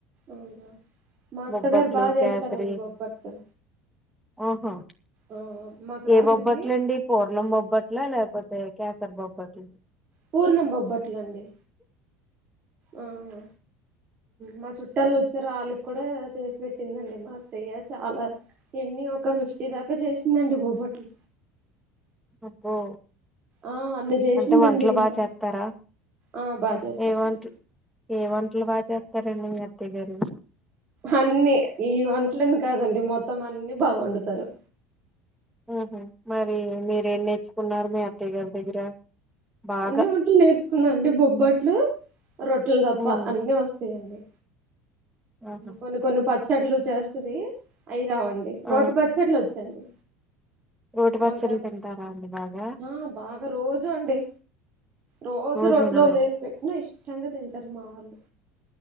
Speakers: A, on the right; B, in the centre.
A: అవునా మా అత్తగారు
B: బొబ్బట్లు
A: బాగా చేస్తారండి
B: కేసరీ
A: బొబ్బట్లు
B: ఆహా
A: ఆ మాకు రాదు
B: ఏ బొబ్బట్లుండి
A: కాని
B: పూర్ణం బొబ్బట్లా లేకపోతే కేసరి బొబ్బట్లు
A: పూర్ణం బొబ్బట్లుండి ఆహా మా చు చూట్టలు వచ్చి రాలికి కూడా చేసి పెట్టిందండి మా అత్తయ్య చాలా ఎన్ని ఒక ఫిఫ్టీ దాకా చేసిందండి బొబ్బట్లు.
B: అబ్బో
A: ఆ అన్ని చేసిందండి
B: అంటే వంటలు బాగా
A: మా
B: చేస్తారా
A: ఆ బాగా చేస్తారండి.
B: ఏ వంటలు ఏ వంటలు బాగా చేస్తారండి మీ అత్తయ్య గారు.
A: అన్ని ఈ వంటలని కాదండి మొత్తం అన్ని బాగా వండుతారు
B: ఉహు మరి మీరే ఏం నేర్చు కున్నారు మీ అత్తయ్య దగ్గర బాగా
A: అన్ని <unintelligible> నేర్చుకున్నా అండి బొబ్బట్లు రొట్లు దప్ప
B: ఉమ్
A: అన్నీ వస్తాయి.
B: ఆహా!
A: కొన్ని కొన్ని ప పచ్చట్లు చేస్తాది అయి రావండి రోటి
B: ఆ!
A: పచ్చట్లు వచ్చండి.
B: రోటి
A: వంకాయ
B: పచ్చళ్ళు
A: <unintelligible>
B: తింటారా అండి బాగా?
A: ఆ బాగా రోజు అండి రోజు
B: రోజునా?
A: రోట్లో చేసి పెట్టినా ఇష్టం <unintelligible> తింటారు మా వాళ్ళు